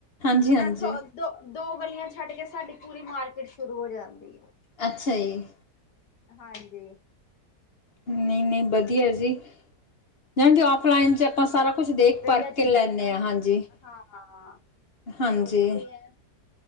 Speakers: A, on the left (about 40°); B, on the left (about 85°).
A: ਹਾਂਜੀ-ਹਾਂਜੀ
B: ਇੱਥੋਂ ਦੋ- ਦੋ ਗਲੀਆਂ ਛੱਡ ਕੇ ਸਾਡੀ ਪੂਰੀ ਮਾਰਕੀਟ ਸ਼ੁਰੂ ਹੋ ਜਾਂਦੀ ਐ।
A: ਅੱਛਾ ਜੀ।
B: ਹਾਂਜੀ।
A: ਨਈ- ਨਈ ਬਦੀਆਂ ਜੀ, ਮੈਂਨੂੰ ਤੇ ਔਫਲਾਈਨ ਚ ਆਪਾਂ ਸਾਰਾ ਕੁੱਛ ਦੇਖ
B: ਤੇਰੀਆਂ
A: ਪਰਖਕੇ
B: ਚੀਜ਼ਾਂ
A: ਲੈਂਣੇ ਆ, ਹਾਂਜੀ-ਹਾਂਜੀ।
B: ਹਾਂ, ਉਹੀ ਤੇ ਹੈ।